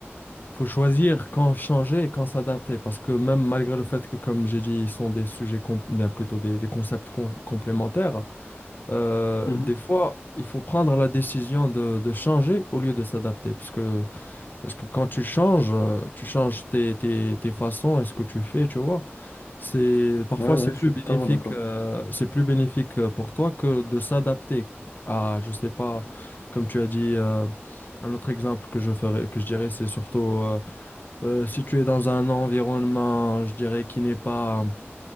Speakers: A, on the left (about 45°); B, on the left (about 80°).
A: faut choisir quand changer et quand s'adapter. Parce que même malgré le fait que, comme j'ai dit, ils sont des sujets, com- euh, plutôt des, des concepts com- complémentaires, euh,
B: Mhm.
A: des fois, il faut prendre la décision de, de changer au lieu de s'adapter. Parce que, parce que quand tu changes, euh, tu changes tes, tes, tes façons et ce que tu fais, tu vois. C'est parfois
B: Ouais, ouais,
A: c'est plus
B: je suis
A: bénéfique
B: totalement d'accord.
A: euh, c'est plus bénéfique euh, pour toi que de s'adapter à je sais pas comme tu as dit euh, un autre exemple que je ferais que je dirais c'est surtout euh, euh, si tu es dans un environnement je dirais qui n'est pas